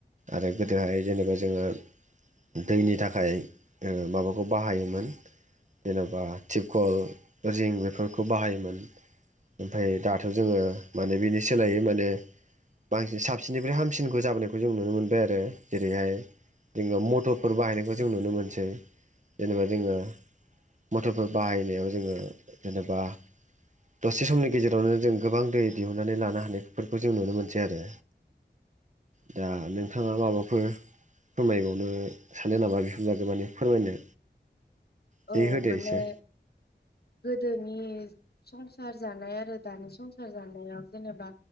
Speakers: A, on the right; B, on the left.
A: आरो गोदोहाय जेनेबा जोङो दैनि थाखाय ओ माबाखौ बाहायोमोन जेन'बा थिपकल रिं बेफोरखौ बाहायोमोन। ओमफ्राय दाथ' जोङो माने बेनि सोलायै माने बांसिन साबसिननिफ्राय हामसिनखौ जाबोनायखौ जों नुनो मोनबाय आरो जेरैहाय जोङो मटरफोर बाहायनायखौ जों नुनो मोनसै जेनेबा जोङो मथरफोर बाहायनायाव जोङो जेनेबा दसे समनि गेजेरावनो जों गोबां दै दिहुननानै लानो हानायफोरखौ जों नुनो मोनसै आरो। दा नोंथाङा माबाफोर फोरमायबावनो सानो नामा बेफोरबादि माने फोरमायनो। बे
B: औ
A: होदो
B: माने
A: एसे
B: गोदोनि संसार जानाय आरो दानि संसार जानायाव जेनेबा